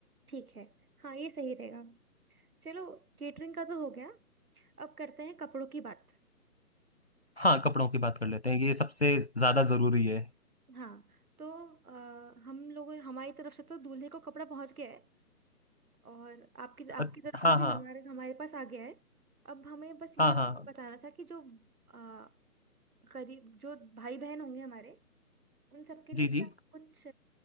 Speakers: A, on the right; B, on the left.
A: ठीक है हाँ ये सही रहेगा चलो केटरिंग का तो हो गया अब करते हैं कपड़ों की बात
B: हाँ कपड़ों की बात कर लेते हैं ये सबसे ज्यादा जरूरी है
A: हाँ तो अ, हम लोगों हमारी तरफ से तो दूल्हे को कपड़ा पहुंच गया है और आपकी आपकी
B: अ-
A: तरफ
B: हाँ
A: से भी
B: हाँ
A: हमारे हमारे पास आ गया है अब हमें बस ये
B: हाँ हाँ
A: बताना था कि जो अ, करीब जो भाई बहन होंगे हमारे उन सबके लिए
B: जी
A: क्या
B: जी
A: कुछ